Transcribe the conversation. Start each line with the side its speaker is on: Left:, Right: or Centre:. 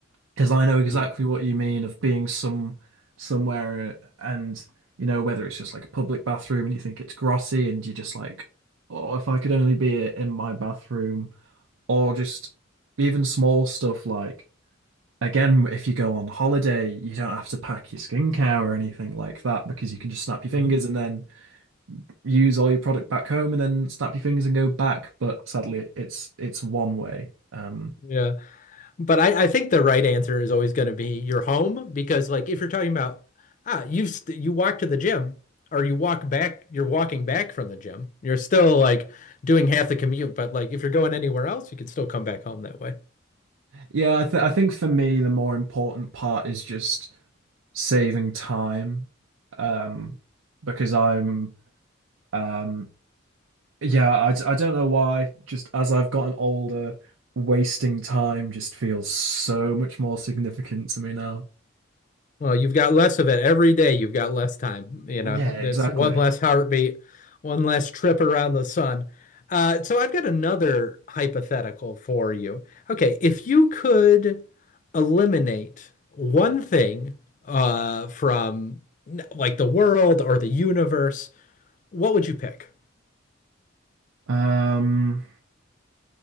Right: because I know exactly
Left: Hmm.
Right: what you mean of being some somewhere and you know whether it's just like a public bathroom and you think it's grotty and you're just like oh if I could only be in my bathroom or just even small stuff like again if you go on holiday you don't have to pack your skincare or anything like that because you can just snap your fingers
Left: Mm-hmm.
Right: and then use all your product back home and then snap your fingers and go back but sadly it's it's one way um
Left: Yeah. But I, I think the right answer is always going to be your home because, like, if you're talking about ah, you st you walk to the gym or you walk back, you're walking back from the gym. You're still like doing half the commute, but like if you're going anywhere else, you can still come back home that way.
Right: yeah I, th I think for me the more important part is just saving time um because I'm um yeah I d- I don't know why just as I've gotten older wasting time just feels so much more significant to me now
Left: Well, you've got less of it every day. You've got less time. You know,
Right: yeah
Left: that's
Right: exactly
Left: one less heartbeat, one less trip around the sun. Uh, so I've got another hypothetical for you. Okay, if you could eliminate one thing uh, from like the world or the universe, what would you pick?
Right: um